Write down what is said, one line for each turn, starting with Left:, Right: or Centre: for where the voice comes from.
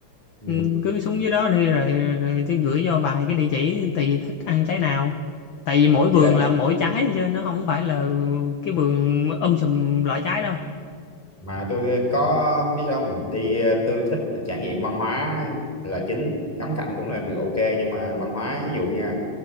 Centre: Ừ.
Left: ừ, cứ xuống dưới đó đi rồi, rồi tôi gửi cho vài cái địa chỉ tùy thích ăn trái nào tại vì mỗi
Centre: Với
Left: vườn
Centre: lại
Left: là mỗi trái chứ nó không phải là cái vườn um sùm loại trái đâu
Centre: mà tôi có biết không đi ờ, tôi thích trải nghiệm văn hóa là chính ngắm cảnh cũng là được ok nhưng mà văn hóa ví dụ nha